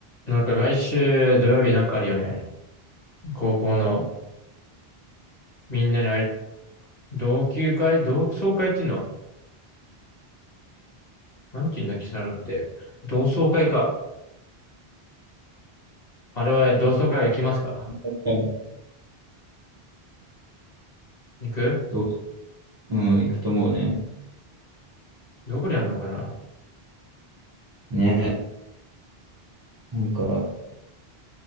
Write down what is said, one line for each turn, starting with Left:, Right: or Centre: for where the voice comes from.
Left: なんか来週土曜日なんかあるよね。高校の、みんなにあれ、同級会同窓会っていうのは、なんて言うんだっけ、そういうのって。同窓会か。あれは同窓会行きますか
Right: 確かに
Left: 行く
Right: どう、うん、行くと思うね。
Left: どこにあんのかな
Right: ね。なんか、